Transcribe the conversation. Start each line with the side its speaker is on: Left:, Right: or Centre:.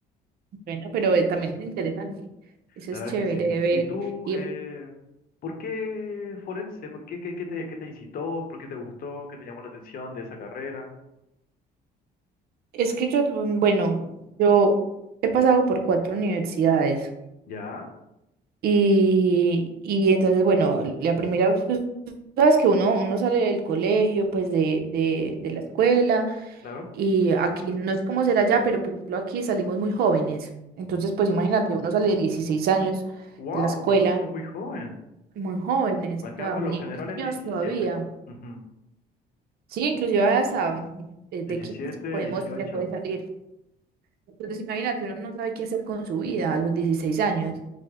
Right: bueno, pero eh, también es interesante. Eso
Left: La
Right: es
Left: verdad
Right: chévere
Left: que sí.
Right: de ver.
Left: ¿Y tú,
Right: Y
Left: eh, por qué forense? ¿Por qué, qué, qué te, qué te incitó? ¿Por qué te gustó? ¿Qué te llamó la atención de esa carrera?
Right: es que yo, mm, bueno, yo he pasado por cuatro universidades
Left: ¿Ya?
Right: y, y entonces, bueno, la primera, tú sabes que uno, uno sale del colegio, pues de, de, de la escuela
Left: Claro.
Right: Y aquí no sé cómo será ya, pero por ejemplo aquí salimos muy jóvenes. Entonces, pues imagínate, uno sale de 16 años
Left: ¡Wow!
Right: de la escuela,
Left: No, eso es muy joven.
Right: muy jóvenes,
Left: Acá
Right: o sea,
Left: por
Right: ni-
Left: lo general
Right: niños
Left: es de diecisiete
Right: todavía.
Left: Ujú.
Right: Sí, inclusive hasta eh, de
Left: 17,
Right: 15 podemos,
Left: 18.
Right: se puede salir. Entonces, imagínate, uno no sabe qué hacer con su vida a los 16 años.